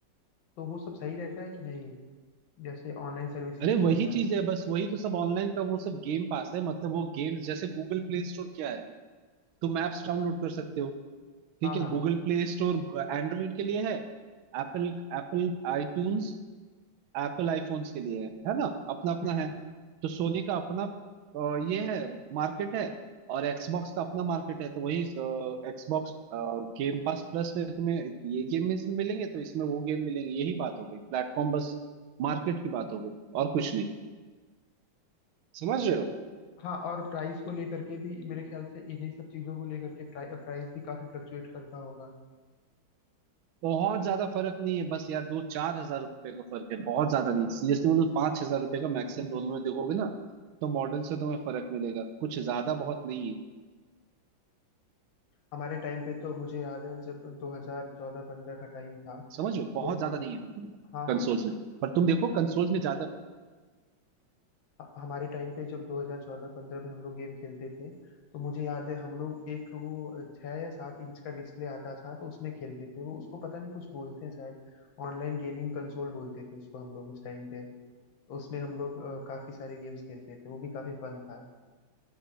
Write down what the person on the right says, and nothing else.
अरे
वही
चीज
है बस वही तो सब ऑनलाइन का वो सब गेम पास है मतलब वो गेम्स जैसे गूगल प्ले स्टोर क्या है तुम ऐप्स डाउनलोड कर सकते हो ठीक
है
गूगल प्ले स्टोर एंड्रॉइड के लिए है Apple Apple iTunes Apple iPhones के लिए है है ना अपना अपना
है तो सोनी का अपना अ, ये है मार्केट है और एक्सबॉक्स का अपना मार्केट है तो वही एक्सबॉक्स गेम पास प्लस में तुम्हें ये गेम इसमें मिलेंगे तो इसमें वो गेम मिलेंगे यही बात हो गई प्लेटफॉर्म बस मार्केट की बात हो गई और कुछ नहीं समझ रहे हो
बहुत ज्यादा फर्क नहीं है बस यार दो चार हजार रुपए का फर्क है बहुत ज्यादा नहीं सीरियसली बोलो पांच हजार रुपए का मैक्सिमम दोनों में देखोगे ना तो मॉडल से तुम्हें फर्क मिलेगा कुछ ज्यादा बहुत नहीं है
समझो बहुत
ज्यादा
नहीं है
कंसोल्स में पर तुम देखो कंसोल्स में ज्यादा